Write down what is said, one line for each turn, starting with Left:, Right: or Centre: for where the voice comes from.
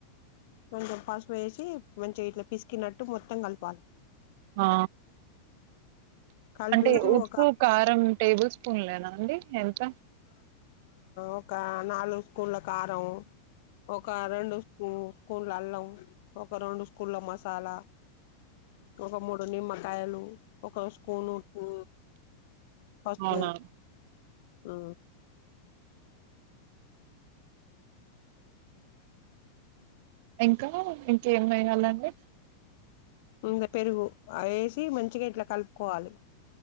Left: కొంచెం పసుపు వేసి మంచిగా ఇట్లా పిసికినట్టు మొత్తం కలపాలి
Right: ఆ
Left: కల్
Right: అంటే
Left: పేసి ఒ
Right: ఉప్పు కారం టేబు స్పూన్ లేనా అండి ఎంత
Left: ఒక నాలుగు స్కూన్ల కారం ఒక రెండు స్పూ స్పూన్ల అల్లం ఒక రెండు స్కూన్ల మసాలా ఒక మూడు నిమ్మకాయలు ఒక స్కూను ఉప్పు పసుపు
Right: అవునా
Left: ఓ
Right: ఇంకా ఇంకేం వెయ్యాలి అండి
Left: ఇంగ పెరుగు అ ఏసి మంచిగా ఇట్లా కలుపుకోవాలి